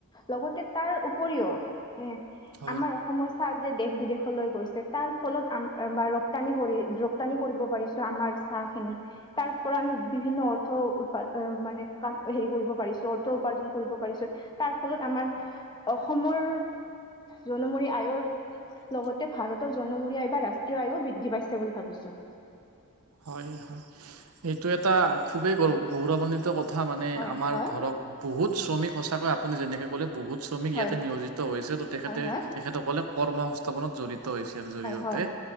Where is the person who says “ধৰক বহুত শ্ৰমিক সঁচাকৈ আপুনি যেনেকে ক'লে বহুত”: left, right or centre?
Right